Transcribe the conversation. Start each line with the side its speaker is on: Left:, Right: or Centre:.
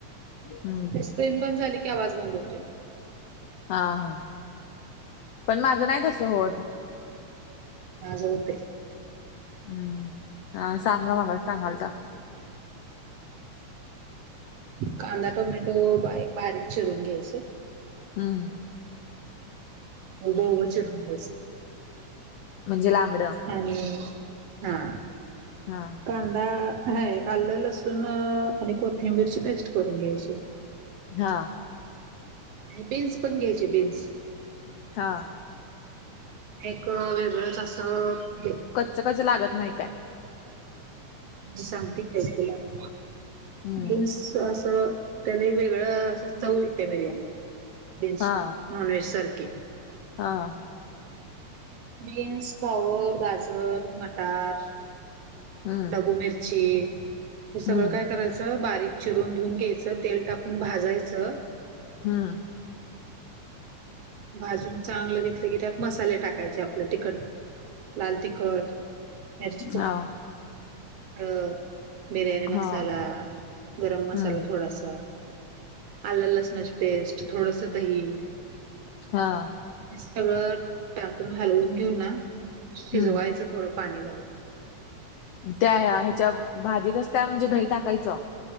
Left: हम्म
Right: ते स्क्रीन बंद झाली की आवाज बंद होतोय.
Left: हा हा पण माझ नाही तस होत.
Right: माझ होतय.
Left: हम्म हा सांगा मग सांगालता.
Right: कांदा टोमॅटो बारीक चिरून घ्यायच.
Left: हम्म हम्म
Right: उभ उभ चिरून घ्यायच‌
Left: म्हणजे लांबड
Right: आणि हां
Left: हा
Right: कांदा है आलं लसूण आणि कोथिंबीरची पेस्ट करून घ्यायची.
Left: हा.
Right: आणि बीन्स पण घ्यायचे बीन्स.
Left: हा.
Right: एक वेगळाच स.
Left: कचकच लागत नाही का.
Right: सांगते काय तुला
Left: हम्म
Right: बीन्स असं. त्याने एक वेगळं अस चऊ यथे बिर्याणीला बीन्स
Left: हा
Right: नॉनव्हेज सारखे.
Left: हा.
Right: प्लीज प्लीज गाजर मटर फ्लावर.
Left: हम्म
Right: मिरची बारीक
Left: हम्म
Right: चिरून घेऊन घ्यायचं सगळं चिरून घेऊन घ्यायचं. तेल टाकून भाजायचं.
Left: हम्म.
Right: भाजून चांगलं घेतलं की त्यात मसाले टाकायचे आपलं तिकट. लाल तिखट मिरची मिरची पावडर
Left: हा
Right: हळद. बिर्याणी मसाला
Left: हा
Right: गरम मसाला
Left: हम्म
Right: थोडासा. आलं लसणाची पेस्ट थोडसं दही.
Left: हा.
Right: सगळं टाकून हलवून घेऊन ना शिजवायचं
Left: हम्म
Right: थोडं पाणी घालून.
Left: त्या ह्याच्या भाजीतच त्या म्हणजे दही टाकायचं.